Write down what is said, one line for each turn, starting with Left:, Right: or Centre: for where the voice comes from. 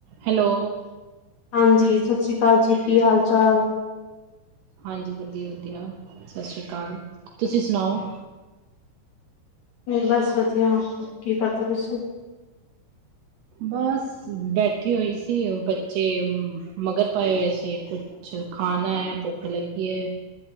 Right: ਹੈਲੋ
Left: ਹਾਂਜੀ ਸਤਿ ਸ਼੍ਰੀ ਅਕਾਲ ਜੀ, ਕੀ ਹਾਲ ਚਾਲ।
Right: ਹਾਂਜੀ ਵਧੀਆ ਵਧੀਆ ਵਧੀਆ ਸਤਿ ਸ਼੍ਰੀ ਅਕਾਲ। ਤੁਸੀਂ ਸੁਣਾਓ।
Left: ਬਸ ਵਧੀਆ, ਕੀ ਕਰਦਾ ਤੁਸੀਂ
Right: ਬਸ ਬੈਠੀ ਹੋਈ ਸੀ, ਬੱਚੇ ਮਗਰ ਪਾਏ ਹੋਏ ਸੀ ਕੁ ਕੁਛ ਖਾਣਾ ਆ, ਭੁੱਖ ਲੱਗੀ ਆ।